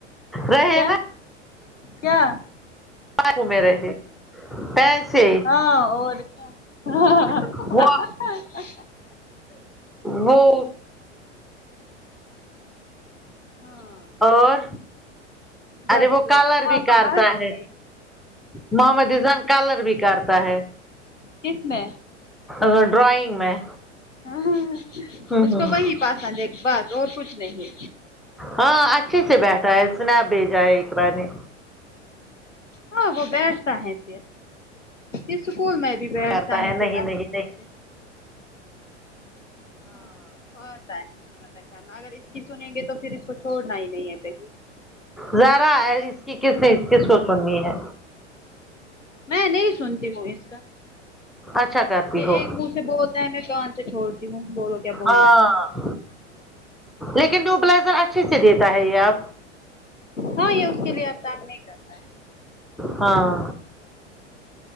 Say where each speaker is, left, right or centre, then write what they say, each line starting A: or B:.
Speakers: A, in the centre; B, on the left.
A: رہے
B: کیا
A: نا
B: کیا
A: گھومے <unintelligible> رہے تھ پیسے
B: ہاں اور کیا ہاں
A: وہ
B: ہ ہ
A: وہ
B: ہاں
A: اور
B: بس
A: ارے وہ
B: دعا
A: کلر بھی
B: ماما
A: کرتا
B: ہنس
A: ہے
B: گئی
A: محمد اذہان کالر بھی کرتا ہے
B: کس میں
A: ہ ڈرائینگ میں
B: ہاں
A: ہوں
B: اس کو
A: ہ
B: وہی پسند ایک بس اور کچھ نہیں
A: ہاں اچھے سے بیٹھا ہے اسنپ بھیجا ہے اقرا نے
B: ہاں وہ بیٹھتا ہے پھر اسکول میں بھی بیٹھتا
A: کرتا
B: ہے پھر اچھے
A: <unintelligible>
B: سے ہاں اس کو آتا ہے آتا ہے کرنا اگر اس کی سنیں گے تو پھر اس کو چھوڑنا ہی نہیں ہے کہیں
A: ذرا ہے اس کی کس سے کس کو سننی ہے
B: میں نہیں سنتی وائس
A: اچھا کرتی
B: یہ
A: ہو
B: ایک منہ سے بولتا ہے میں کان سے چھوڑتی ہوں بولو کیا بولنا
A: ہاں
B: ہے
A: لیکن نیوبلائزر اچھے سے دیتا ہے یہ آپ
B: ہاں یہ اس کے لیے اب کام نہیں کرتا ہے
A: ہاں